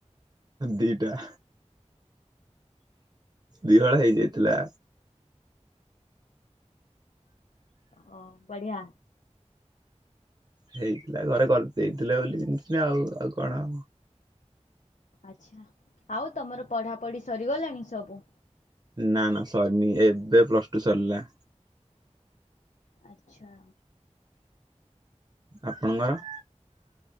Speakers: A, on the right (about 35°); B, on the left (about 90°).
A: ଦିଇଟା। ଦି ହଳ ହେଇଯାଇଥିଲା।
B: ଅ ବଢିଆ।
A: ହେଇଥିଲା ଘରେ କରିଦେଇଥିଲେ ବୋଲି ପିନ୍ଧୁଥିଲି ଆଉ, ଆଉ କଣ?
B: ଆଚ୍ଛା, ଆଉ ତମର ପଢାପଢି ସରିଗଲାଣି ସବୁ?
A: ନା ନା ସରିନି, ଏବେ ପ୍ଲସ ଟୁ ସରିଲା।
B: ଆଚ୍ଛା।
A: ଆପଣଙ୍କର?